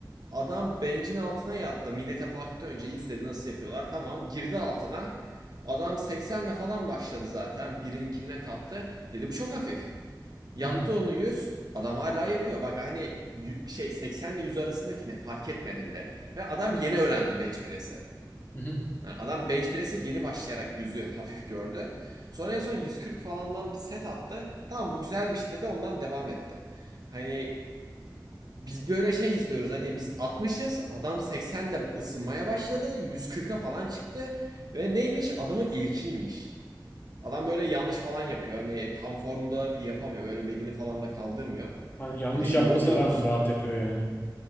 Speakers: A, on the right; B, on the left.
A: Adam bencin altına yattı. Millete baktı önce izledi nasıl yapıyorlar. Tamam girdi altına. Adam 80'le falan başladı zaten. Birininkine kaptı. Dedi bu çok hafif. Yaptı
B: hı hı,
A: onu 100, Adam hala yapıyor. Bak hani şey 80 ile 100 arasındaki ne fark etmedi bile. Ve adam yeni öğrendi bench press'i.
B: hı hı.
A: Yani adam bench press'e yeni başlayarak yüzü hafif gördü. Sonra en son 140 falandan bir set attı. Tamam bu güzelmiş dedi ondan devam etti. Hani biz böyle şey izliyoruz. Hani biz 60'ız adam 80'de ısınmaya başladı. 140'a falan çıktı. Ve neymiş? Adamın ilkiymiş. Adam böyle yanlış falan yapıyor. Hani tam formda yapamıyor. Böyle belini falan da kaldırmıyor.
B: Hani yanlış
A: Dedim
B: yapmasına
A: ne oluyoruz?
B: rağmen rahat yapıyor yani.